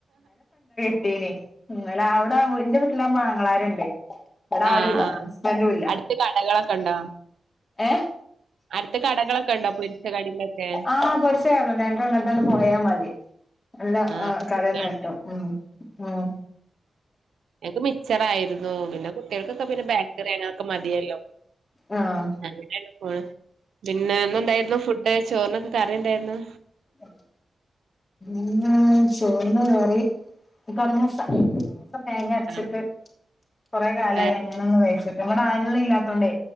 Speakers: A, on the left; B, on the right.
A: ട്ടീനി ഉം അല്ല അവിടെ ന്റെ വീട്ടിലാവുമ്പോ ആങ്ങളാരുണ്ട് ഇവിടാരുല്ല
B: ആഹ്.
A: ഹസ്ബന്റുല്ല
B: അടുത്ത് കടകളൊക്കെ ഉണ്ടോ
A: ഏഹ്
B: അടുത്ത് കടകളൊക്കെ ഉണ്ടോ പൊരിച്ച കടീന്റെ ഒക്കെ
A: ആഹ് കൊറച്ച് നേരോള്ളൂ ഞങ്ങക്ക് അങ്ങട്ടണ് പോയാ മതി എല്ലാം ആഹ്
B: അപ്പൊ
A: കടേന്ന്
B: സുഖാണ്
A: കിട്ടും ഉം ഉം
B: ഇൻക് മിച്ചർ ആയിരുന്നു പിന്നെ കുട്ടിയാൾക്കൊക്കെ പിന്നെ ബേക്കറിയങ്ങനൊക്കെ മതിയല്ലോ
A: ആഹ്
B: അങ്ങനാണ്പ്പോണ് പിന്നെന്നെന്തായിരുന്നു ഫുഡ് ചോറിനൊക്കെ കറിയെന്തായിരുന്നു
A: അ <inaudible> ഇന്ന് ചോറിന് കറി കറമൂസ മത്തം തേങ്ങ അരച്ചിട്ട്
B: ആണോ
A: കൊറേ കാലായി
B: വേറെ
A: അങ്ങനെയൊന്ന് കഴിച്ചിട്ട് ഇവടെ ആളുകളില്ലാത്തോണ്ടേ